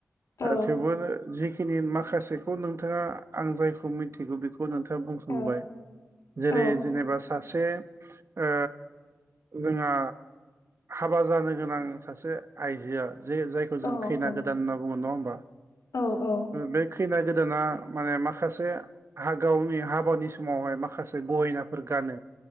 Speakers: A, on the left (about 80°); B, on the right (about 60°).
A: औ
B: थेवबो जिखिनि माखासेखौ नोंथाङा आं जायखौ मिथिगौ बे नोंथाङा बुंखांबाय
A: औ औ।
B: जेरै
A: औ
B: जेनेबा सासे ओ जोंहा हाबा जानो गोनां सासे आइजोआ जे जायखौ जों
A: औ औ।
B: खैना गोदान होनना बुङो नङा होमबा
A: औ औ।
B: बे खैना गोदाना माने माखासे गावनि हाबानि समावहाय माखासे ग गहिनाफोर गानो